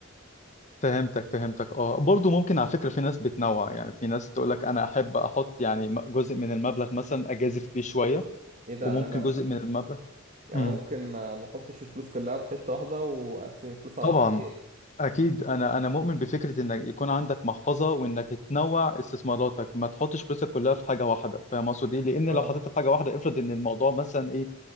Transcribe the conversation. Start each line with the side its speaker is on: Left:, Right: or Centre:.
Left: فهمتك فهمتك اه برضو ممكن على فكرة في ناس بتنوع يعني في ناس تقول لك انا احب احط يعني م- جزء من المبلغ مثلا اجازف بيه شوية
Right: ايه ده
Left: وممكن
Right: يعني انا
Left: جزء من المبلغ
Right: يعني
Left: امم
Right: انا ممكن ما ما احطش الفلوس كلها في حته واحده واقسم الفلوس على
Left: طبعا
Right: حاجتين
Left: اكيد انا انا مؤمن بفكرة انك يكون عندك محفظة وانك تنوع استثماراتك ما تحطش فلوسك كلها في حاجة واحدة فاهم اقصد ايه لان
Right: اه
Left: لو حطيتها في حاجة واحدة افرض ان الموضوع مثلا ايه